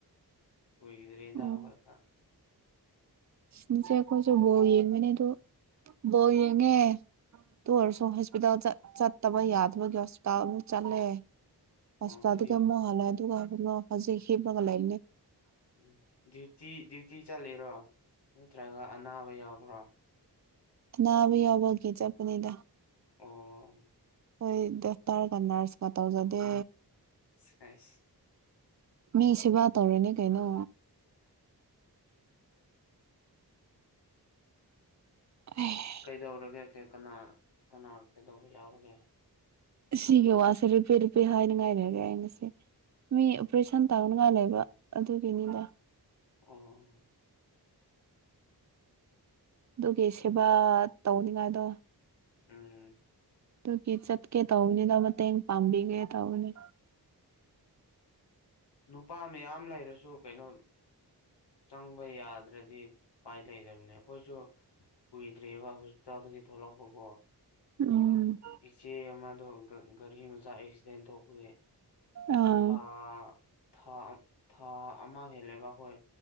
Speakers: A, on the left; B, on the right.
A: ꯀꯨꯏꯒꯤꯗ꯭ꯔꯤꯗ
B: ꯑꯣ
A: ꯍꯧꯒꯠꯄ
B: ꯎꯝ ꯆꯦ ꯑꯈꯣꯏꯁꯨ ꯕꯣꯜ ꯌꯦꯡꯕꯅꯦꯗꯣ ꯕꯣꯜ ꯌꯦꯡꯉꯦ ꯑꯗꯨ ꯑꯣꯏꯔꯁꯨ ꯍꯣꯁꯄꯤꯇꯥꯜ ꯆꯠ ꯆꯠꯇꯕ ꯌꯥꯗꯕꯒꯤ ꯍꯣꯁꯄꯤꯇꯥꯜ ꯑꯃꯨꯛ ꯆꯠꯂꯦ ꯍꯁꯄꯤꯇꯥꯜꯗꯒꯤ
A: ꯑꯣ ꯗ꯭ꯌꯨ
B: ꯑꯃꯨꯛ ꯍꯜꯂꯛꯑꯦ ꯑꯗꯨꯒ <unintelligible> ꯍꯧꯖꯤꯛ ꯍꯤꯞꯄꯒ ꯂꯩꯝꯅꯦ
A: ꯎꯝ ꯗ꯭ꯌꯨꯇꯤ ꯗ꯭ꯌꯨꯇꯤ ꯆꯠꯂꯤꯔꯣ ꯅꯠꯇ꯭ꯔꯒ ꯑꯅꯥꯕ ꯌꯥꯎꯕ꯭ꯔꯣ
B: ꯑꯅꯥꯕ ꯌꯥꯎꯕꯒꯤ ꯆꯠꯄꯅꯤꯗ
A: ꯑꯣ
B: ꯍꯣꯏ ꯗꯥꯛꯇꯔꯒ ꯅꯔꯁꯀ ꯇꯧꯖꯗꯦ
A: <unintelligible>
B: ꯃꯤ ꯁꯦꯕꯥ ꯇꯧꯔꯤꯅꯤ ꯀꯩꯅꯣ <unintelligible>
A: ꯀꯩꯗꯧꯔꯒꯦ ꯀꯦ ꯀꯅꯥ ꯀꯅꯥ ꯀꯩꯗꯧꯕ ꯌꯥꯎꯔꯒꯦ
B: ꯑꯁꯤꯒꯤ ꯋꯥꯁꯦ <unintelligible> ꯍꯥꯏꯅꯤꯉꯥꯏ ꯂꯩꯔꯦ ꯑꯩꯅ ꯁꯤ ꯃꯤ ꯑꯣꯄ꯭ꯔꯦꯁꯟ ꯇꯧꯅꯉꯥꯏ ꯂꯩꯕ ꯑꯗꯨꯒꯤꯅꯤꯗ
A: ꯑꯣ
B: ꯑꯗꯨꯒꯤ ꯁꯦꯕꯥ ꯇꯧꯅꯤꯉꯥꯏꯗꯣ
A: ꯎꯝ
B: ꯑꯗꯨꯒꯤ ꯆꯠꯀꯦ ꯇꯧꯕꯅꯤꯗ ꯃꯇꯦꯡ ꯄꯥꯡꯕꯤꯒꯦ ꯇꯧꯕꯅꯤ
A: ꯅꯨꯄꯥ ꯃꯌꯥꯝ ꯂꯩꯔꯁꯨ ꯀꯩꯅꯣ ꯆꯪꯕ ꯌꯥꯗ꯭ꯔꯗꯤ ꯎꯄꯥꯏ ꯂꯩꯗꯕꯅꯦ ꯑꯩꯈꯣꯏꯁꯨ ꯀꯨꯏꯗ꯭ꯔꯤꯌꯦꯕ ꯍꯣꯁꯄꯤꯇꯥꯜꯗꯒꯤ ꯊꯣꯛꯂꯛꯄꯀꯣ
B: ꯎꯝ
A: ꯏꯆꯦ ꯑꯃꯗꯣ ꯒ ꯒꯔꯤ ꯃꯆꯥ ꯑꯦꯛꯁꯤꯗꯦꯟ ꯊꯣꯛꯄꯒꯤ
B: ꯑꯥ
A: ꯊꯥ ꯊꯥ ꯑꯝ ꯊꯥ ꯑꯃ ꯍꯦꯜꯂꯦꯕ ꯑꯩꯈꯣꯏ